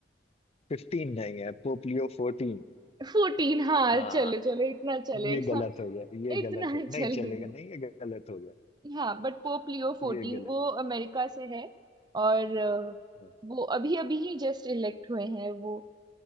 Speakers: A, on the left; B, on the right.
A: फिफ्टीन नहीं है पोप लियो फोर्टीन
B: फोर्टीन हाँ
A: आ,
B: चलो चलो इतना चलेगा
A: ये गलत हो गया ये
B: इतना
A: गलत हो
B: चलेगा
A: नहीं चलेगा नहीं ये गलत हो गया
B: हाँ बट पोप लियो फोर्टीन
A: ये गलत
B: वो अमेरिका से है और अ,
A: है।
B: वो अभी अभी ही जस्ट इलेक्ट हुए हैं वो